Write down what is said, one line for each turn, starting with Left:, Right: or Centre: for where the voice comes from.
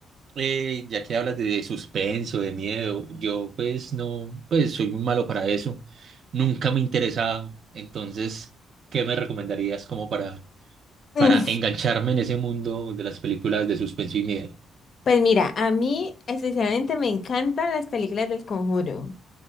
Right: eh, ya que hablas de suspenso, de miedo, yo pues no, pues soy muy malo para eso, nunca me he interesado, entonces, ¿qué me recomendarías como para,
Left: Mm,
Right: para engancharme en ese mundo de las películas de suspenso y miedo? <laughs>
Left: Pues mira, a mí especialmente me encantan las películas del Conjuro.